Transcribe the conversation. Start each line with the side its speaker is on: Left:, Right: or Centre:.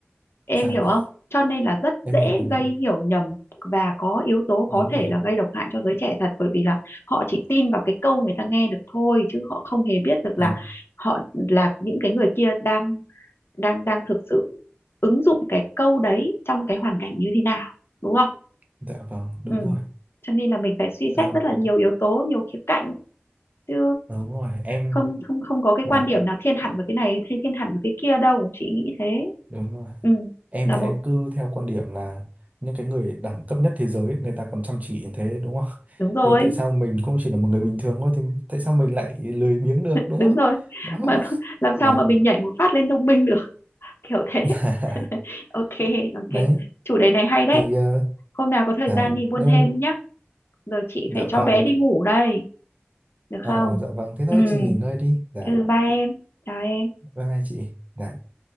Left: em
Right: dạ
Left: hiểu không cho nên là rất
Right: em
Left: dễ
Right: hiểu em hiểu
Left: gây hiểu nhầm và có yếu tố có
Right: đúng
Left: thể
Right: rồi
Left: là gây độc hại cho giới trẻ thật bởi vì là họ chỉ tin vào cái câu người ta nghe được thôi chứ họ không hề biết được
Right: dạ
Left: là họ là những cái người kia đang đang đang thực sự ứng dụng cái câu đấy trong cái hoàn cảnh như thế nào đúng không
Right: dạ vâng đúng
Left: ừ.
Right: rồi
Left: cho nên là mình phải suy
Right: Đó,
Left: xét rất là nhiều yếu tố nhiều khía cạnh chứ
Right: đúng rồi em
Left: không không không có cái
Right: là
Left: quan điểm nào thiên hẳn vào cái này thiên thiên hẳn vào cái kia đâu chị nghĩ thế
Right: đúng rồi
Left: ừ.
Right: em
Left: là
Right: thì
Left: một
Right: em cứ theo quan điểm là những cái người đẳng cấp nhất thế giới người ta còn chăm chỉ như thế đúng không <laughs>
Left: đúng rồi
Right: thì tại sao mình cũng chỉ là một người bình thường thôi thì tại sao mình lại lười biếng được đúng
Left: đúng
Right: không
Left: rồi <laughs>
Right: đó
Left: mà làm sao
Right: dạ
Left: mà mình nhảy một phát lên thông minh được kiểu thế
Right: <laughs>
Left: <laughs> ok ok
Right: đấy
Left: chủ đề này hay đấy
Right: thì ờ,
Left: hôm nào có thời
Right: dạ
Left: gian đi buôn
Right: nhưng
Left: thêm nhá giờ chị
Right: dạ
Left: phải
Right: vâng
Left: cho bé đi ngủ đây được
Right: ờ,
Left: không
Right: dạ vâng thế thôi
Left: ừ
Right: chị nghỉ ngơi đi dạ
Left: ừ bye em chào em
Right: bye bye chị Dạ.